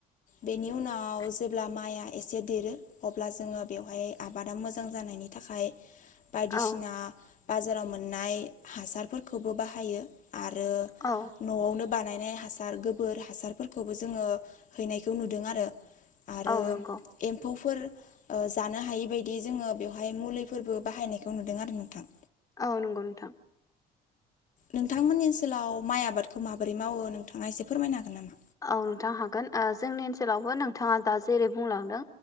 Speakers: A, on the left; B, on the left.
A: बे
B: <unintelligible>
A: जेब्ला माइया एसे देरो अब्ला जोङो बेवहाय आबादा मोजां जानायनि थाखाय बायदिसिना
B: औ
A: बाजाराव मोननाय हासारफोरखौबो बाहायो। आरो
B: औ
A: न'आवनो बानायनाय हासार गोबोर हासारफोरखौबो जोङो हैनायखौ नुदों आरो। आरो
B: औ नंगौ
A: एम्फौफोर ओ जानो हायि बायदि जोङो बेवहाय मुलिफोरबो बाहायनायखौ नुदों आरो नोंथां
B: औ नंगौ नोंथां।
A: नोंथांमोननि ओनसोलाव माइ आबादखौ माबोरै मावो नोंथाङा एसे फोरमायनो हागोन नामा?
B: औ नोंथां हागोन जोंनि ओनसोलावबो नोंथाङा दा जेरै बुंलांदों